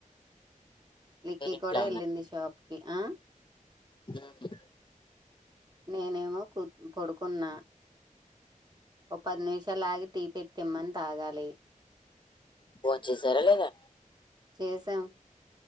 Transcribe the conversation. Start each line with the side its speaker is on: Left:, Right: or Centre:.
Right: లిక్కీ
Left: మీరు ఇంట్లో
Right: కూడా వెళ్ళింది షాప్ కి ఆ
Left: మ్మహు
Right: నేనేమో కుర్ పడుకున్నా ఓ పది నిమిషాలలాగి టీ పెట్టిమ్మని తాగాలి
Left: భోన్ చేశారా లేదా
Right: చేశాం